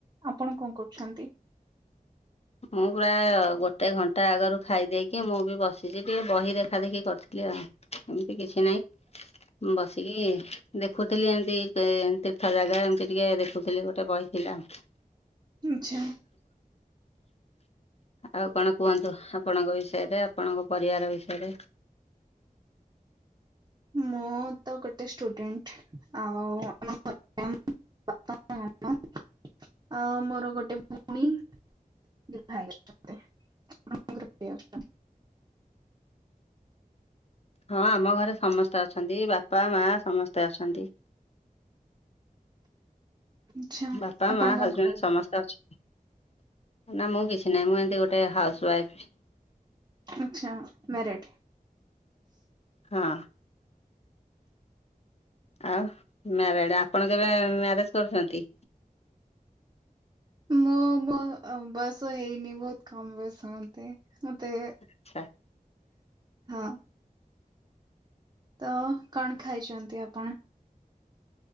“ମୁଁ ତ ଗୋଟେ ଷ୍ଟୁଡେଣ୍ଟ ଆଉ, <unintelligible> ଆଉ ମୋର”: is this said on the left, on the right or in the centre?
Right